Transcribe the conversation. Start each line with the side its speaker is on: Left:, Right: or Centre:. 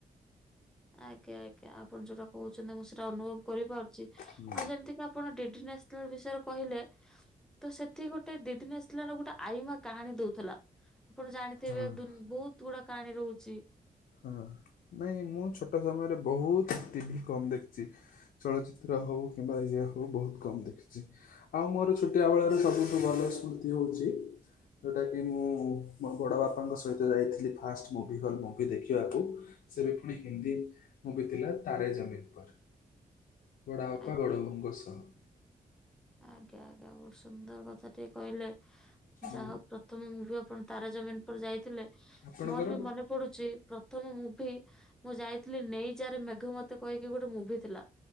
Centre: ଆଜ୍ଞା ଆଜ୍ଞା ଆପଣ ଯୋଉଟା କହୁଚନ୍ତି ମୁଁ ସେଇଟା ଅନୁଭବ କରିପାରୁଛି।
Left: ହୁଁ।
Centre: ଆଉ ଯେମିତି ଆପଣ ଡିଡି ନ୍ୟସନାଲ ବିଷୟରେ କହିଲେ। ତ ସେଠି ଗୋଟେ ଡିଡି ନ୍ୟସନାଲର ଗୋଟେ ଆଇମାକ କାହାଣୀ ଦଉଥିଲା। ଆପଣ ଜାଣିଥିବେ
Left: ହଁ।
Centre: ଦୁବହୁତ ଗୁଡା କାହାଣୀ ରହୁଚି।
Left: ହଁ ନାଇଁ ମୁଁ ଛୋଟ ସମୟରେ ବହୁତ ଟିଭି କମ ଦେଖି ଚି। ଚଳଚିତ୍ର ହଉ କିମ୍ବା ଇଏ ହଉ ବହୁତ କମ୍ ଦେଖିଚି। ଆଉ ମୋର ଛୋଟିଆ ବେଳର ସବୁଠୁ ଭଲ ସ୍ମୃତି ହଉଚି। ଯେଉଁଟାକି ମୁଁ ମୋ ବଡ଼ ବାପାଙ୍କ ସହିତ ଯାଇଥିଲି ଫାଷ୍ଟ ମୁଭି କଲ୍ ମୁଁ। ବିଦେଖିବାକୁ ସେ ବି ପୁଣି ହିନ୍ଦୀ ମୁଭି ଥିଲା ତାରେ ଜମିିନ୍‌ ପର୍। ବଡ଼ବାପା
Centre: ଆଜ୍ଞା।
Left: ବଡ଼ବୋଉଙ୍କ ସହ।
Centre: ଆଜ୍ଞା ଆଜ୍ଞା ବହୁତ ସୁନ୍ଦର କଥା ଟିଏ କହିଲେ।
Left: ହୁଁ
Centre: ଯାହା ହଉ ପ୍ରଥମେ ମୁଭି ଆପଣ ତାରା ଜମିିନ ପର୍ ଯାଇଥିଲେ।
Left: ଆପଣଙ୍କର?
Centre: ମୋର ବି ମନେ ପଡୁଚି ପ୍ରଥମ ମୁଭି ମୁଁ ଯାଇଥିଲି ନେଇ ଯାରେ ମେଘ ମତେ କହିକି ଗୋଟେ ମୁଭି ଥିଲା।